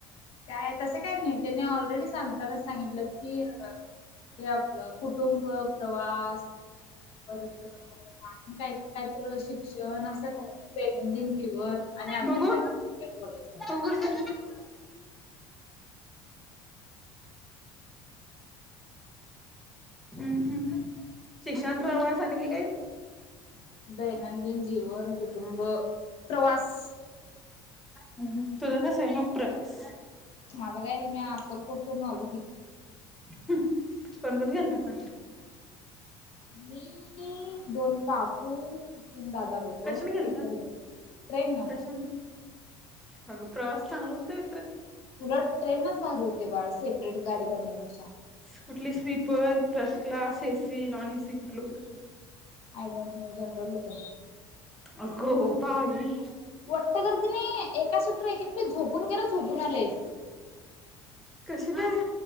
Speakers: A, on the left; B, in the centre.
A: काय तसं काय नाही त्यानी ऑलरेडी सांगताना सांगितल्यात की हे आपलं कुटुंब, प्रवास परत आणि काहीतरी काहीत शिक्षण असं काहीत दैनंदिन जीवन आणि अजून
B: बघू
A: काही तर काही बोलायचं.
B: बघू कस हम्म हम्म, शिक्षण प्रवास आणि काय काय?
A: दैनंदिन जीवन, कुटुंब, प्रवास.
B: हम्म, तुझा कस आहे मग प्रवास.
A: माझ काय नाही मी अक्कलकोट करून आलो की.
B: <unintelligible> कोण कोण गेल तसा?
A: मी दोन काकू. तीन दादा लोक
B: कशाने
A: एक
B: गेलता
A: <unintelligible> ट्रेन न.
B: कशाने अगं प्रवास चांगला होताय.
A: उलट ट्रेनच भारी होतय बाळ सेपरेट गाडी करण्यापेक्षा.
B: कुठली sleeper, first class, AC non AC कुठलं होतं?
A: आय डोंट नो जनरल होत.
B: आग बाई.
A: वट्ट गर्दी नय एका सीटवर एक एकटी झोपून गेलो झोपून आलोय.
B: कसं काय?